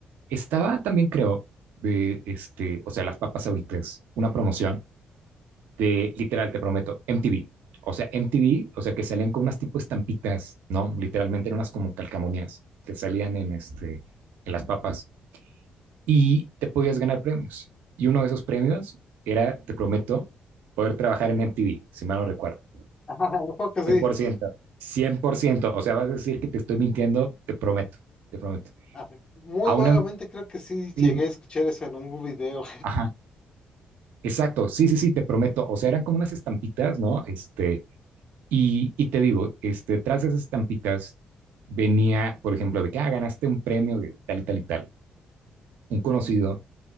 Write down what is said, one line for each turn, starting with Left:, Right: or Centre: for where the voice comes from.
Right: Estaba también, creo, de, este, o sea, las papas ahoritas, una promoción de, literal, te prometo, MTV. O sea, MTV, o sea, que salían con unas tipo estampitas, ¿no? Literalmente eran unas como calcamonías que salían en, este, en las papas y te podías ganar premios. Y uno de esos premios era, te prometo, poder trabajar en MTV, si mal no recuerdo.
Left: <laughs> Un poco sí.
Right: cien cien por ciento cien por ciento O sea, vas a decir que te estoy mintiendo, te prometo, te prometo.
Left: Ah, Muy
Right: A
Left: vagamente
Right: un
Left: creo que sí llegué
Right: amigo,
Left: a escuchar eso en un video.
Right: ajá, exacto, sí, sí, sí, te prometo. O sea, eran como unas estampitas, ¿no? Este, y, y te digo, este, tras esas estampitas venía, por ejemplo, de que, ah, ganaste un premio de tal y tal y tal. Un conocido